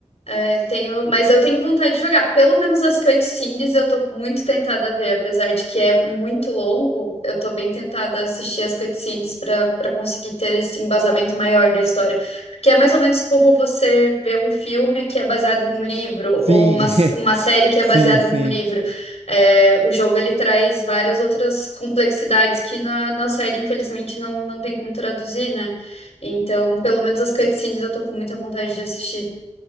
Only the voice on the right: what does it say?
Sim,
<laughs>
sim,
sim.